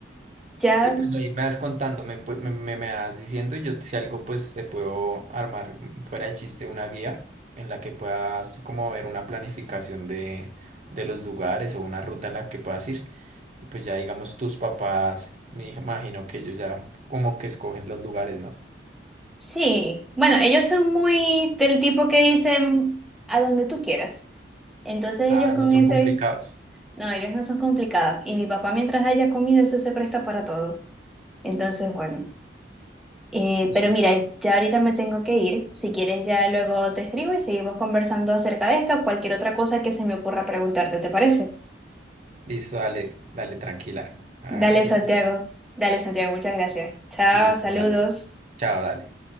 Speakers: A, in the centre; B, on the right.
A: ya
B: Sí, pues ahí me vas contando, me, pu- me, me- me vas diciendo y yo si algo pues te puedo armar mm, fuera de chiste una guía en la que puedas como ver una planificación de, de los lugares o una ruta en la que puedas ir. Y pues ya digamos tus papás, me imagino que ellos ya como que escogen los lugares, ¿no?
A: sí. Bueno, ellos son muy del tipo que dicen a donde tú quieras. Entonces
B: Ah,
A: ellos con
B: no son
A: ese,
B: complicados.
A: no, ellos no son complicados. Y mi papá mientras haya comido, eso se presta para todo. Entonces, bueno. Eh,
B: Listo.
A: pero mira, ya ahorita me tengo que ir. Si quieres, ya luego te escribo y seguimos conversando acerca de esto o cualquier otra cosa que se me ocurra preguntarte, ¿te parece?
B: Listo, dale, dale, tranquila. Ah,
A: Dale,
B: aquí
A: Santiago.
B: estoy.
A: Dale, Santiago, muchas gracias. Chao,
B: Listo,
A: saludos.
B: dale. Chao, dale.